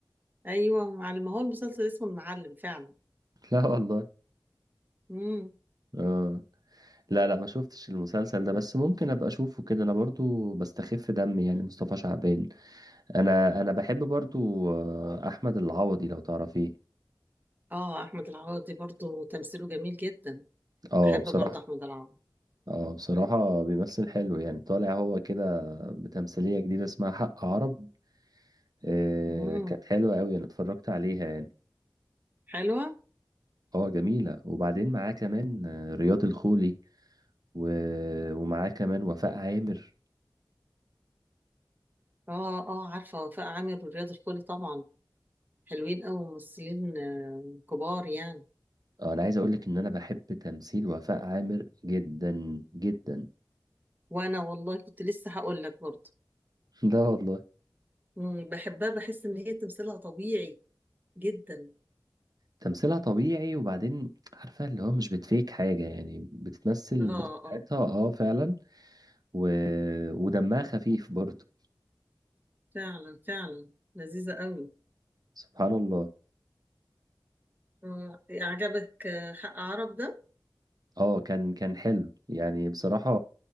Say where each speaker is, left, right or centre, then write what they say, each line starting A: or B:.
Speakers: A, on the right (about 25°); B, on the right (about 55°).
A: ايوه مع- ما هو المسلسل اسمه المعلم فعلا
B: <laughs> لا والله
A: امم
B: اه لا لا ما شفتش المسلسل ده بس ممكن ابقى اشوفه كده انا برضو بستخف دمي يعني مصطفى شعبان انا انا بحب برضو آه، احمد العوضي لو تعرفيه
A: اه احمد العوضي برضه تمثيله جميل جدا
B: اه
A: بحب
B: بصراحة
A: برضه احمد العوضي
B: اه بصراحة بيمثل حلو يعني طالع هو كده بتمثيلية جديدة اسمها حق عرب آه،
A: امم
B: كانت حلوة قوي انا اتفرجت عليها يعني
A: حلوة
B: اه جميلة وبعدين معاه كمان آه، رياض الخولي و- ومعاه كمان وفاء عامر
A: اه اه عارفة وفاء عامر ورياض الخولي طبعا حلوين أوي ممثلين آه، كبار يعني
B: آه، انا عايز اقولك ان انا بحب تمثيل وفاء عامر جدا جدا
A: وأنا والله كنت لسه هقول لك برضه
B: <laughs> لا والله
A: مم، بحبها بحس إن هي تمثيلها طبيعي جدا
B: تمثيلها طبيعي وبعدين عارفة اللي هو مش بتفيك حاجة يعني بتتمثل
A: اه
B: بطبيعتها
A: اه
B: اه فعلا و... ودمها خفيف برضه
A: فعلا فعلا لذيذة أوي
B: سبحان الله
A: آه عجبك آه، حق عرب ده
B: اه كان كان حلو يعني بصراحة